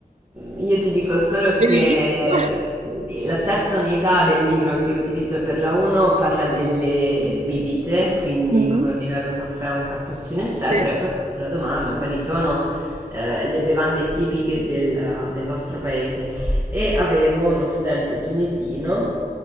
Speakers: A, on the right; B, on the right.
A: Io ti dico solo che
B: Bellissimo.
A: eh, la terza unità del libro che utilizzo per la 1 parla delle bibite, quindi
B: Mm.
A: come ordinare un caffè, un cappuccino, eccetera,
B: Sì,
A: e poi faccio la domanda, quali sono eh, le bevande tipiche del, del vostro paese? E avevo uno studente tunisino